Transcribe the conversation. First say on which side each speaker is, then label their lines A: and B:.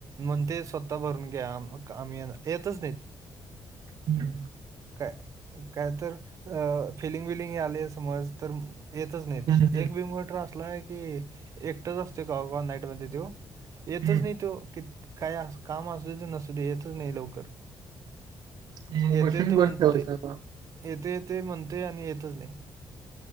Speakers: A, on the right; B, on the right.
A: मंग ते स्वतः भरून घ्या, म क आम्ही, येतच नाहीत.
B: हम्म
A: काय काय तर, अ फिलिंग बिलिंग आलीये समज तर येतच नाहीत,
B: हम्म
A: एक
B: हम्म
A: बीमटर असला की, एकटच असतोय कवा कवा नाईट मध्ये त्यो येतच
B: हम्म
A: नाही तो, कीत काय काम असू दे, नसू दे, येतच नाही लवकर.
B: हम्म.
A: येते
B: मशीन
A: येतो
B: बंद
A: म्हणतोय,
B: ठेवायचं आबा.
A: येतो येतो म्हणतोय आणि येतच नाय.